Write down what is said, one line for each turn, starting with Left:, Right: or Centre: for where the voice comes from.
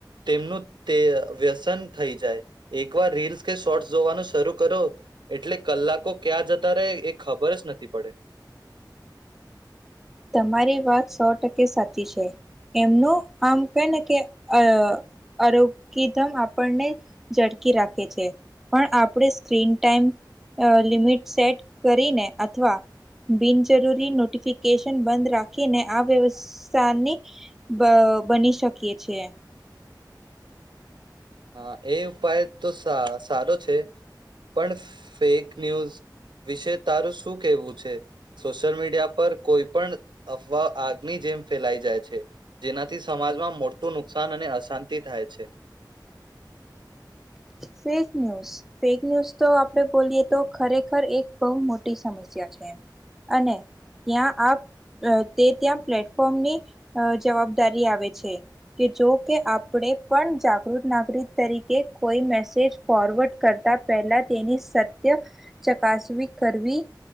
Right: તેમનું તે વ્યસન થઈ જાય. એકવાર રીલ્સ કે શોર્ટ્સ જોવાનું શરૂ કરો એટલે કલાકો ક્યાં જતા રહે એ ખબર જ નથી પડે.
Centre: તમારી વાત સો ટકે સાચી છે. એમનું આમ કેને કે અ અરોગીધમ આપણને, ઝળકી રાખે છે પણ આપણે સ્ક્રીન ટાઈમ લિમિટ સેટ કરીને અથવા, બિનજરૂરી નોટીફી ફિકેશન બંધ રાખીને આ વ્ય સાની, બ બની શકીએ છીએ.
Right: હા એ ઉપાય તો સાસ સારો છે. પણ ફેક ન્યૂઝ વિશે તારું શું કેહેવું છે? સોશિયલ મીડિયા પર કોઈ પણ અફવા આગની જેમ ફેલાઈ જાય છે. જેનાથી સમાજમાં મોટું નુકસાન અને અશાંતિ થાય છે.
Centre: ફેક ન્યૂઝ ફેક ન્યૂઝ તો આપણે બોલીએ તો ખરેખર એક બહુ મોટી સમસ્યા છે, અને ત્યાં તે ત્યાં પ્લેટફોર્મની, જવાબદારી આવે છે કે જો કે આપણે પણ જાગૃત નાગરિક તરીકે કોઈ મેસે જ ફોરવર્ડ કરતા પહેલા તેની સત્ય, ચકાસણી કરવી